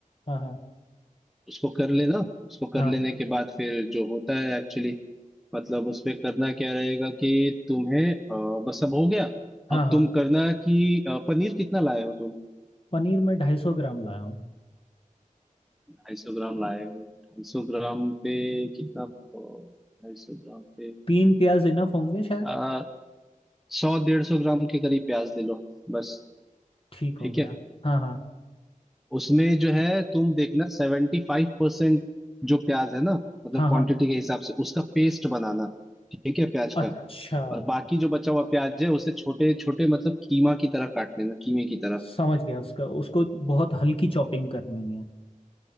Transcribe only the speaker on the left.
हाँ हाँ
हाँ
हाँ
हाँ
पनीर में ढाई सौ ग्राम लाया हूँ
तीन प्याज इनफ होंगे शायद
ठीक
हो गया
हाँ हाँ
हाँ
हाँ
अच्छा
समझ गया उसका उसको बहुत हल्की चॉपिंग करनी है